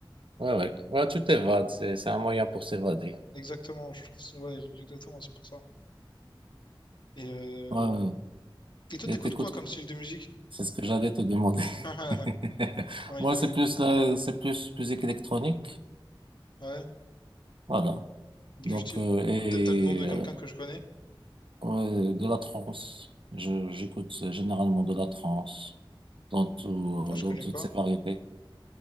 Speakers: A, on the right (about 70°); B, on the left (about 60°).
A: Ouais, ouais. Ouais, tu t'évades. C'est, c'est un moyen pour s'évader.
B: Exactement, je trouve. Ouais, exactement, c'est pour ça. Et, euh...
A: Ouais, ouais.
B: Et toi,
A: Et
B: t'écoutes
A: t'écoutes
B: quoi comme style de musique?
A: C'est ce que j'allais te demander.
B: <laughs>
A: <laughs>
B: Ah,
A: Moi,
B: il a
A: c'est
B: la même
A: plus
B: idée.
A: la, c'est plus musique électronique.
B: Ouais,
A: Voilà.
B: du
A: Donc,
B: style.
A: euh, et
B: Peut-être t'as le nom de
A: euh,
B: quelqu'un que je connais.
A: ouais, de la trance. Je, j'écoute généralement de la trance dans tout,
B: Ah, je
A: dans
B: connais
A: toutes
B: pas.
A: ses variétés.